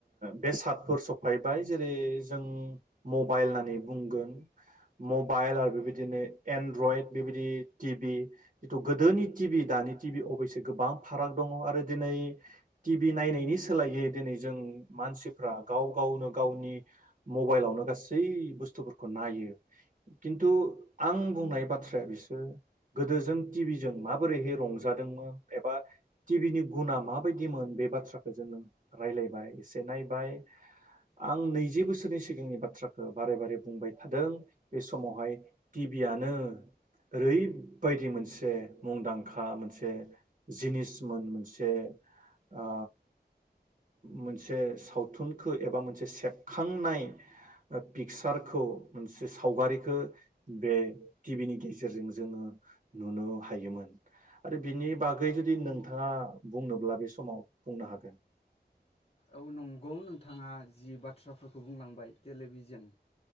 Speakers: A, on the right; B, on the left.
A: बेसादफोर सफैबाय जेरै जों मबाइल होननानै बुंगोन मबाइल आरो बेबायदिनो एन्ड्रयड बेबायदि टिभि जिथु गोदोनि टिभि दानि टिभि अबयसे गोबां फाराग दङ आरो दिनै टि भि नायनायनि सोलायै दिनै जों मानसिफ्रा गाव गावनो गावनि मबाइलावनो गासै बुस्थुफोरखौ नायो। खिन्थु आं बुंनाय बाथ्राया बिसोरो गोदोजों टिभिजों माबोरैहाय रंजादोंमोन एबा टिभिनि गुना माबायदिमोन बे बाथ्राखौ जोङो रायलायबाय एसे नायबाय आं नैजि बोसोरनि सिगांनि बाथ्राखौ बारे बारे बुंबाय थादों। बे समावहाय टिभिआनो ओरैबायदि मोनसे मुंदांखा मोनसे जिनिसमोन मोनसे ओ मोनसे सावथुनखौ एबा मोनसे सेबखांनाय पिकचारखौ मोनसे सावगारि खौ बे टिभिनि गेजेरजों जोङो नुनो हायोमोन आरो बिनि बागै जुदि नोंथाङा बुंनोब्ला बे समाव बुंनो हागोन।
B: औ नंगौ नोंथाङा जि बाथ्राफोरखौ बुंलांबाय टेलिभिजन